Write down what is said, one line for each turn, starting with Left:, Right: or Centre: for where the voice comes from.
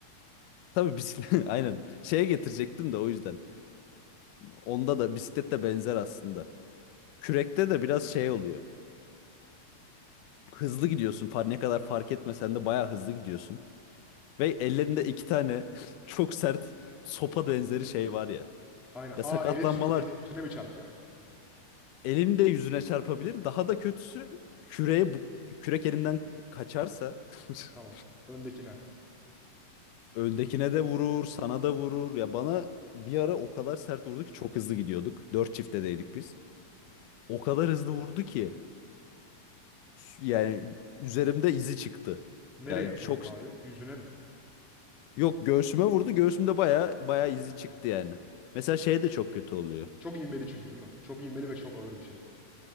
Left: Tabii bisiklet <laughs> aynen şeye getirecektim de o yüzden. Onda da bisiklet de benzer aslında. Kürekte de biraz şey oluyor. Hızlı gidiyorsun. Far ne kadar fark etmesen de bayağı hızlı gidiyorsun. Ve ellerinde iki tane <laughs> çok sert sopa benzeri şey var ya.
Centre: Aynen.
Left: Ya
Centre: Aa
Left: sakatlanmalar
Centre: elin su ezil yüzüne mi çarpıyor?
Left: elini de yüzüne çarpabilir. Daha da kötüsü küreğe bu- kürek elinden kaçarsa <laughs>
Centre: Tamam. Öndekine.
Left: öndekine de vurur, sana da vurur. Ya bana bir ara o kadar sert vurdu ki çok hızlı gidiyorduk. Dört çiftedeydik biz. O kadar hızlı vurdu ki s- yani üzerimde izi çıktı.
Centre: Nereye
Left: Yani
Centre: vurdu
Left: çok
Centre: abi? Yüzüne mi?
Left: yok göğsüme vurdu. Göğsümde baya baya izi çıktı yani. Mesela şey de çok kötü oluyor.
Centre: Çok ivmeli çünkü değil mi? Çok ivmeli ve çok ağır bir şey.